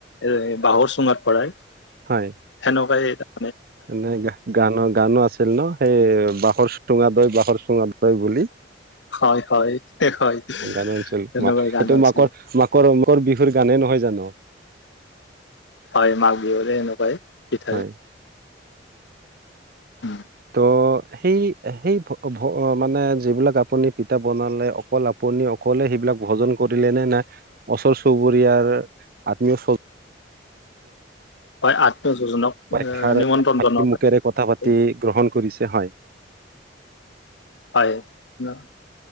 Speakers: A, on the left; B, on the right.
A: এ বাহৰ চুঙাত ভৰাই।
B: হয়।
A: সেনকুৱাই এইটা।
B: এনেই গাহ গানো-গানো আছিল ন'সেই বাঁহৰ চুঙা দৈ -বাঁহৰ চুঙা দৈ দৈ বুলি
A: হয় হয় হয়
B: গানো আচিল
A: সেনেকুৱাই
B: মা
A: গান
B: এইটো
A: হৈছিলে
B: মাকৰ-মাক <unintelligible> বিহুৰ গানে নহয় জানো?
A: হয় মাঘ বিহুৰে এনেকুৱাই পিঠাৰে।
B: হয়
A: উম,
B: ত' সেই-সেই মানে যিবিলাক আপুনি পিঠা বনালে অকল আপ আপুনি অকলে সেইবিলাক ভোজন কৰিলে নে নাই ওচৰ-চুবুৰীয়া আত্মীয় চ
A: হয় আত্মীয়স্বজনক
B: এষাৰ
A: নিমন্ত্ৰণ জনোৱা
B: মুখেৰে
A: হয়।
B: কথা পাতি
A: আহে
B: গ্ৰহণ কৰিছে হয়।
A: হয় ন'